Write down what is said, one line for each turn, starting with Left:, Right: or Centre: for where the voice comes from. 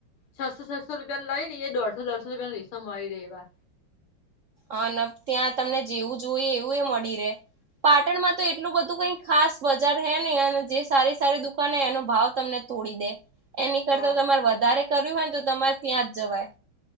Left: છસો છસો રૂિયા લઈ ને એ દોઢો દઢસો રૂપિયાની રીસો મળી દ એવા
Right: હ ત્યાં તમને જેવું જોઈએ એવું એ મળી રહેે પાટણમાં તો એટલું બધું કઈ ખાસ બજાર હે નને અને જે સારી સારી દુકાાન હ એનો ભાવ તમને તોડી દે એની કરતા
Left: હા
Right: તમારે વધારે કર્યું હોય ને તો તમારે ત્યાં જ જવાય